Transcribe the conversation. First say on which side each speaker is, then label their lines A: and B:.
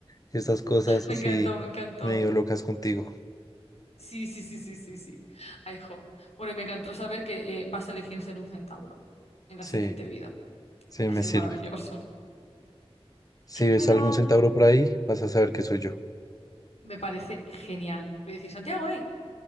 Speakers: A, on the left; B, on the left.
A: estas cosas
B: Me
A: así
B: encantó, me encantó.
A: medio locas contigo.
B: Sí, sí, sí, sí, sí, sí. Ay, jo. Bueno, y me encantó saber que eh, vas a elegir ser un centauro en la
A: Sí,
B: siguiente vida.
A: sí,
B: Ha
A: me
B: sido
A: sirve.
B: maravilloso.
A: Si ves
B: Me da
A: algún
B: algo.
A: centauro por ahí, vas a saber que soy yo.
B: Me parece genial. Le voy a decir, Santiago, hey,